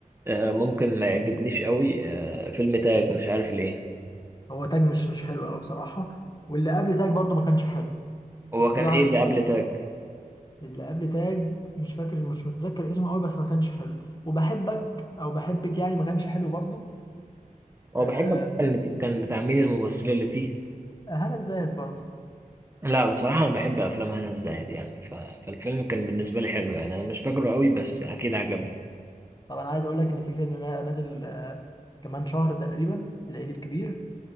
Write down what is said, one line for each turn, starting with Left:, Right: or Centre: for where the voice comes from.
Right: آه، ممكن ما يعجبنيش قوي آه، فيلم تاج مش عارف ليه
Left: هو تاج مش مش حلو قوي بصراحة واللي قبل تاج برضو ما كانش حلو
Right: هو
Left: كان
Right: كان
Left: في واحد
Right: ايه اللي قبل تاج
Left: اللي قبل تاج مش فاكر مش متذكر اسمه قوي بس ما كانش حلو وبحبك او بحبك يعني ما كانش حلو برضو
Right: هو
Left: آه
Right: بحب كان كان بتاع مين الممثله اللي فيه
Left: هنا الزاهد برضو
Right: لا بصراحه انا بحب افلام هنا الزاهد يعني ف... فالفيلم كان بالنسبه لي حلو يعني انا مش فاكره قوي بس اكيد عجبني
Left: طب انا عايز اقول لك ان في فيلم نا- نازل آه كمان شهر تقريبا في العيد الكبير